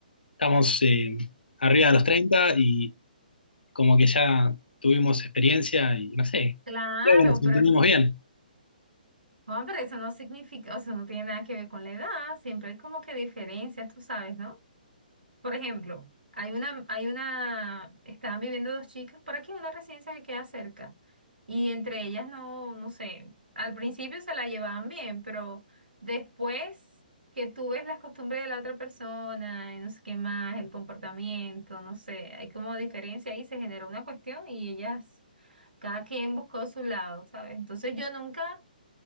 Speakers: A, on the left; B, on the right.
A: estamos eh, arriba de los treinta y como que ya tuvimos experiencia y no sé,
B: Claro,
A: creo que nos entendemos
B: pero, es-
A: bien,
B: Juan, pero eso no significa, o sea, no tiene nada que ver con la edad, siempre hay como que diferencias, tú sabes, ¿no? Por ejemplo, hay una, hay una, estaban viviendo dos chicas por aquí en una residencia que queda cerca. Y entre ellas no, no sé, al principio se la llevaban bien, pero después que tú ves las costumbres de la otra persona y no sé qué más, el comportamiento, no sé, hay como diferencia ahí, se generó una cuestión y ellas, cada quien buscó su lado, ¿sabes? Entonces yo nunca,